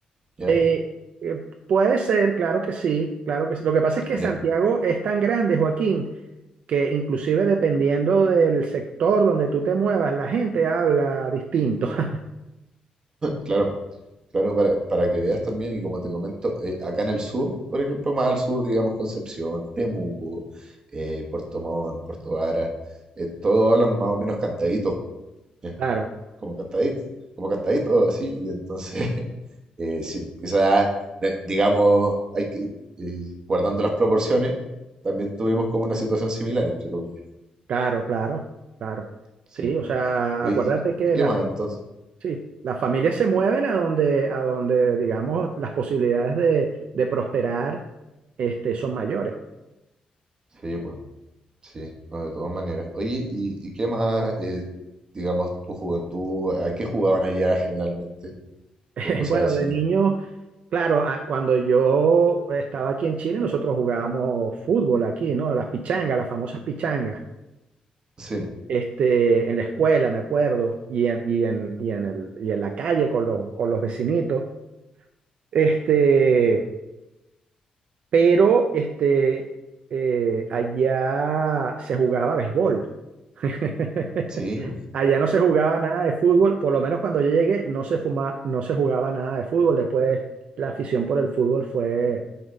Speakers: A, on the right; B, on the right.
A: ¿ya?
B: Eh, eh, puede ser, claro que sí, claro que sí. Lo que pasa es que
A: En
B: Santiago
A: e-
B: es tan grande, Joaquín, que inclusive dependiendo del sector donde tú te muevas, la gente habla distinto. <laughs>
A: claro. Claro, para, para que veas también, y como te comento, eh, acá en el sur, por ejemplo, más al sur, digamos Concepción, Temuco, eh, Puerto Montt, Puerto Vara, eh, todos hablan más o menos cantadito, <laughs> eh,
B: Claro,
A: como cantadito, como cantadito, así, y entonces, <laughs> eh, sí, quizás, eh, digamos, hay que, eh, guardando las proporciones, también tuvimos como una situación similar, entre comillas.
B: claro, claro, claro.
A: Sí.
B: Sí, o sea,
A: Oye,
B: acuérdate
A: ¿y,
B: que
A: y qué
B: las,
A: más entonces?
B: sí, las familias se mueven a donde, a donde, digamos, las posibilidades de, de prosperar, este, son mayores.
A: Sí, pues. Sí, no, de todas maneras. Oye, ¿y, y qué más, eh, digamos, tu juventud, a qué jugaban allá generalmente?
B: <laughs>
A: O cosas
B: Bueno, de
A: así.
B: niño, claro, a- cuando yo estaba aquí en Chile, nosotros jugábamos fútbol aquí, ¿no? Las pichangas, las famosas pichangas,
A: Sí,
B: este, en la escuela, me acuerdo, y en, y en, y en el- y en la calle con los, con los vecinitos. Este, pero este, eh, allá se jugaba béisbol. <laughs>
A: sí,
B: Allá no se jugaba nada de fútbol, por lo menos cuando yo llegué, no se fuma, no se jugaba nada de fútbol. Después la afición por el fútbol fue